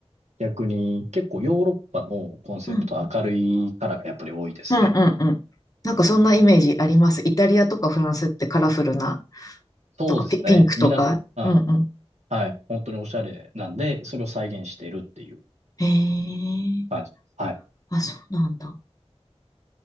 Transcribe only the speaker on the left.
うんうんうんうん。なんかそんなイメージあります。イタリアとかフランスってカラフルな、
とかピ、ピンクとか。
うんうん。
へえ。
あ、そうなんだ。